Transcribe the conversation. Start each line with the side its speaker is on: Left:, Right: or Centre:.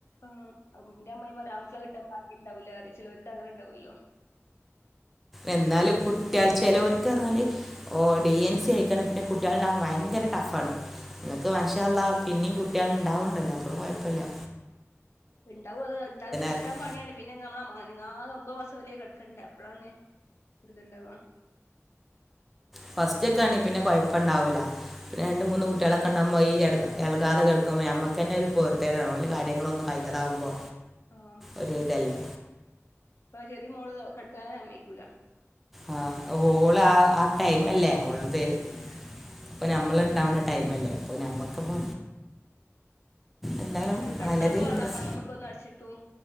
Left: ഉം അം ന്റെമ്മായിമാര് ആൺകുട്ട്യളെ കിട്ടാൻ ഭാഗ്യണ്ടാവൂല്ലറെം ചെല്വോര് ക്കനെണ്ടാവൊല്ലോ
Centre: എന്നാലും കുട്ട്യാള് ചേലോൽക്കറഞ്ഞാല് ഓഹ് ഡീ എൻ സീ ആയിക്കാണ് പിന്നെ കുട്ട്യള്ണ്ടാവാൻ വയങ്കര ടഫാണ് ങ്ങക്ക് മാഷാള്ളാ
Left: ആ
Centre: പിന്നേം കുട്ട്യള്ണ്ടാവുണ്ടല്ലോ അപ്പള് കൊയപ്പ്ല്ലാ
Left: ഇണ്ടാവും അത്ണ്ടായത് കിട്ടാൻ
Centre: അറിയും
Left: പണിയാണ് പിന്നെ ങ്ങമ്മള് മനങ്ങാത ഒമ്പത് മാസം വെരെ കെടക്കണ്ടേ അപ്പഴാണ്. ഇതില്ണ്ടാവ
Centre: ഫസ്റ്റ് ഒക്കാണെ പിന്നെ കൊയപ്പണ്ടാവൂല്ല. രണ്ട്
Left: ഉം
Centre: മൂന്ന് കുട്ടികള ക്കണ്ട മൊയ് എട്കാ എളകാത കെട്ക്കുമ്പോ ഞമ്മക്കന്നെ ഒരു പൊർതികേടാണ് ഓല് കാര്യങ്ങള് ഒന്നും കയ്യാതാകുമ്പോ
Left: ആഹ്
Centre: ഒരു ഇതല്ലേ
Left: പ്പാ ചെറിയാ മോള് കെടക്കാനെ സമ്മയിക്കൂല
Centre: ആഹ് ഓള് ആ ആ ടൈമല്ലേ ഓളത്.
Left: ഉം
Centre: ഇപ്പൊ ഞമ്മള് ണ്ടാവണ്ട ടൈമല്ലേ? അപ്പൊ ഞമ്മക്കപ്പോ എന്നാലും
Left: ഇങ്ങട്ട് കെടന്നാപ്പൊ
Centre: അലതില്
Left: കാണാ
Centre: പ്രശ
Left: പള്ളമ്മക്ക് ഒന്ന് അടിച്ചിട്ടും